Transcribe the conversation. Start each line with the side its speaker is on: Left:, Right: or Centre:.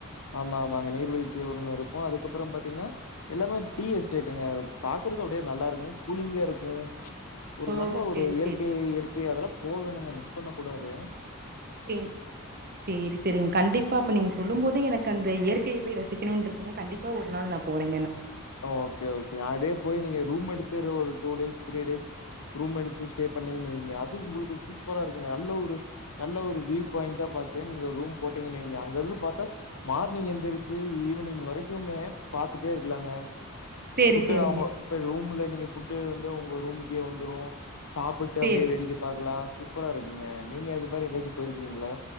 Left: ஆமா வாங்க நீர்வீழ்ச்சி ஒண்ணு இருக்கு அதுக்கப்புறம் பாத்தீங்கன்னா எல்லாமே டீ எஸ்டேட்டுங்க பாக்குறக்கு அப்படியே நல்லா இருக்கு கூலிங்கா இருக்கும் ஒரு
Right: ஓ
Left: நல்ல ஒரு
Right: சேரி
Left: இயற்கை
Right: சேரிங்க
Left: இயற்கை அதுலா போவேல்லங்க மிஸ் பண்ண கூடாது
Right: செரி சேரி சேரிங் கண்டிப் பா அப்ப நீங்க சொல்லும் போதே எனக்கு அந்த இயற்கைய போய் ரசிக்கணுனு இருக்குங்க கண்டிப்பா ஒரு நாள் நா போறே
Left: ஓகே ஓகே அதே போய் நீங்க ரூம் எடுத்து ஒரு two days three days room எடுத்து ஸ்டே பண்ணீங்கனு வைங்க அது உங்களுக்கு சூப்பரா இருக்குங்க நல்ல ஒரு நல்ல ஒரு வியூ பாயி்ன்டா பாத்து நீங்க ஒரு ரூம் போட்டீங்கனு வைங்க அங்க இருந்து பாத்தா மார்னிங் எந்திரிச்சி ஈவினிங் வரைக்குமே பாத்துட்டே இருக்கலாங்க
Right: சேரி
Left: ஃபுட்டு
Right: சேரிங்க
Left: அவங்க இப்ப ரூம்ல நீங்க ஃபுட்டு வந்து உங்க ரூமுக்கே வந்துரு சாப்பிட்டு
Right: சேரி
Left: அப்டியே வேடிக்க பாக்கலா சூப்பரா இருக்குங்க நீங்க அது மாரி எங்கயாச்சு போயிருக்கீங்களா